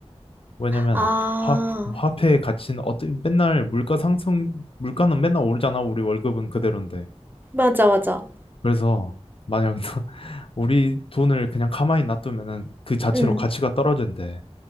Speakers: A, on the left; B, on the right.
A: 왜냐면,
B: 아,
A: 화, 화폐의 가치는 어때, 맨날 물가 상승, 물가는 맨날 오르잖아, 우리 월급은 그대로인데.
B: 맞아, 맞아.
A: 그래서, 만약 <laughs> 우리 돈을 그냥 가만히 놔두면은 그 자체로
B: 응,
A: 가치가 떨어진대.